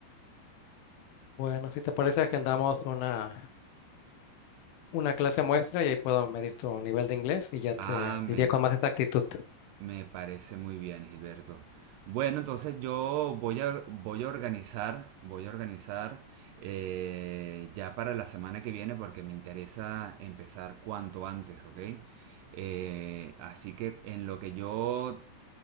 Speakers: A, on the left (about 80°); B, on the right (about 80°).
A: bueno, si te parece, agendamos una, una clase muestra y ahí puedo medir tu nivel de inglés y ya te
B: Ah, me,
A: diría con más exactitud.
B: Me parece muy bien, Gilberto. Bueno, entonces yo voy a, voy a organizar, voy a organizar eh, ya para la semana que viene porque me interesa empezar cuanto antes, ¿ok? Eh, así que en lo que yo